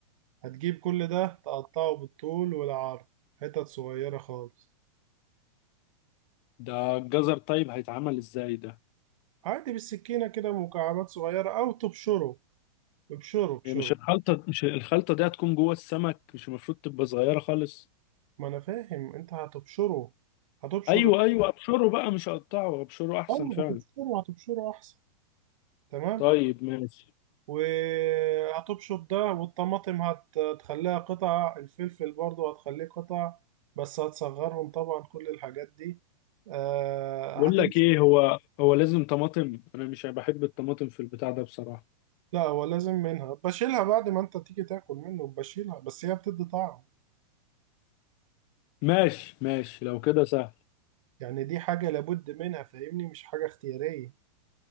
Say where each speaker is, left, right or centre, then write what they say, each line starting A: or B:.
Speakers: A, on the right; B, on the left.
A: هتجيب كل ده تقطعه بالطول والعرض حتت صغيرة خالص
B: ده الجزر طيب هيتعمل ازاي ده
A: عادي بالسكينة كده مكعبات صغيرة أو تبشره ابشروا ابشروا
B: هي مش الخلطه مش الخلطه دي هتكون جوه السمك مش المفروض تبقى صغيره خالص
A: ما انا فاهم انت هتبشره هتبشر
B: ايوه ايوه ابشره بقى مش اقطعه ابشره احسن
A: اه
B: فعلا
A: هتبشره هتبشره احسن تمام
B: طيب ماشي
A: وهتبشر ده والطماطم هت- هتخليها قطع الفلفل برضو هتخليه قطع بس هتصغرهم طبعا كل الحاجات دي آه
B: بقول
A: هتمسك
B: لك ايه هو هو لازم طماطم انا مش بحب الطماطم في البتاع ده بصراحة
A: لا هو لازم منها بشيلها بعد ما انت تيجي تاكل منه بشيلها بس هي بتدي طعم
B: ماشي ماشي لو كده سهل
A: يعني دي حاجة لابد منها فاهمني مش حاجة اختيارية